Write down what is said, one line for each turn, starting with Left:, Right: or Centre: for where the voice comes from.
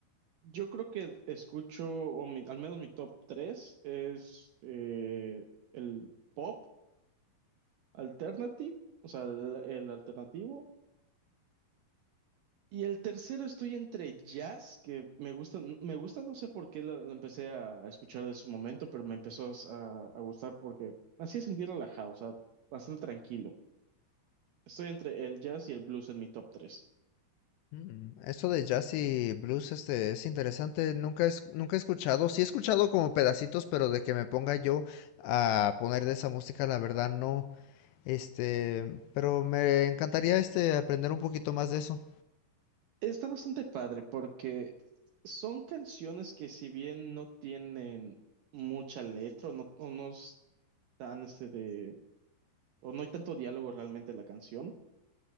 Right: yo creo que escucho, o mi- al menos mi top 3 es eh, el pop alternative, o sea, el, el alternativo. Y el tercero estoy entre jazz, que me gusta, me gusta, no sé por qué lo, lo empecé a escuchar de su momento, pero me empezó a, a gustar porque me hacía sentir relajado, o sea, bastante tranquilo. Estoy entre el jazz y el blues en mi top 3.
Left: Mm, Eso de jazz y blues, este, es interesante. Nunca es, nunca he escuchado. Sí he escuchado como pedacitos, pero de que me ponga yo a poner de esa música, la verdad no. Este, pero me encantaría este aprender un poquito más de eso.
Right: Está bastante padre porque son canciones que si bien no tienen mucha letra o no, o no están este de o no hay tanto diálogo realmente en la canción,